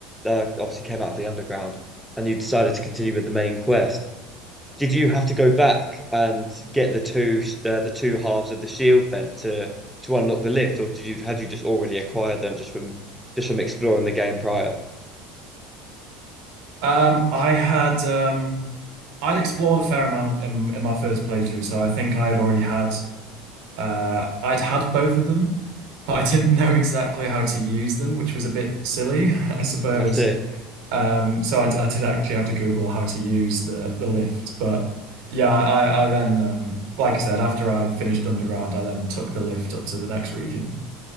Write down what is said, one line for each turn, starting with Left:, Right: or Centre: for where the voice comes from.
Centre: uh, obviously came out of the underground and you decided to continue with the main quest, did you have to go back and get the two sh- uh, the two halves of the shield then to to unlock the lift, or did you had you just already acquired them just from just from exploring the game prior?
Right: Um, I had um, I'd explored a fair amount in in my first playthrough, so I think I had already had uh, I'd had both of them, but I didn't <laughs> know exactly how to use them, which was a bit silly, <laughs> I suppose.
Centre: I see.
Right: Um, so I, d- I did actually have to Google how to use the the lift, but yeah, I I then um, like I said, after I finished Underground, I then took the lift up to the next region.